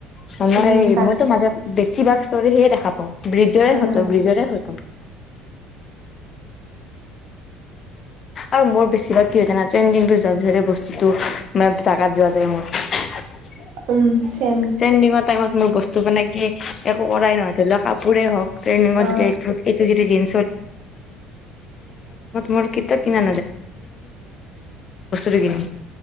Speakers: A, on the left; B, on the right.
A: সেই
B: হম, তাক
A: মইতো মাজে বেছিভাগ ষ্টোৰী সিয়ে দেখা পাওঁ ব্ৰিজৰে
B: উম
A: সত, ব্ৰিজৰে হতম। আৰু মোৰ বেছি কিবা কি ন ট্ৰেণ্ডিংটো যোৱাৰ পিছতে বস্তুতটো মানে জাগাত যোৱা যায় মোৰ
B: উম। চেম
A: ট্ৰেণ্ডিঙাট টাইমত মোৰ বস্তু বনাই কি একো কৰাই নহয় ধৰি লও কাপোৰে হওক ট্ৰেণ্ডিঙ
B: অ
A: এইটো যিটো জিন মোৰ কেতিয়াও কিনা কি নম